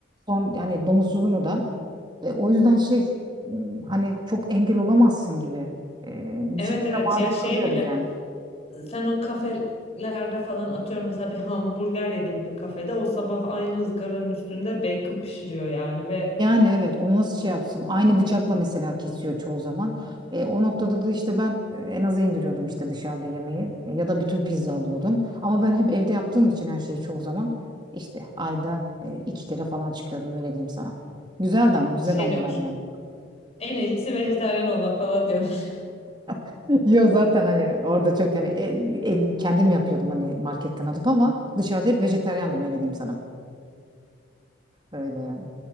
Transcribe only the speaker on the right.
Son yani domuzsuzunu da. E, o yüzden şey m, hani çok engel olamazsın gibi. E, bir
şekilde
maruz
kalıyoruz
yani.
Yani evet onu nasıl şey yapsın? Aynı bıçakla mesela kesiyor çoğu zaman. E, o noktada da işte ben e, en aza indiriyordum işte dışarıda yemeği E, ya da bütün pizza alıyordum. Ama ben hep evde yaptığım için her şeyi çoğu zaman işte ayda e, iki kere falan çıkıyordum öyle diyeyim sana. Güzeldi ama güzel
onlar
yani.
<laughs> Yok zaten hani orada çok hani e- e- kendim yapıyordum hani marketten alıp ama dışarıda hep vejetaryandım öyle diyeyim sana. Öyle yani.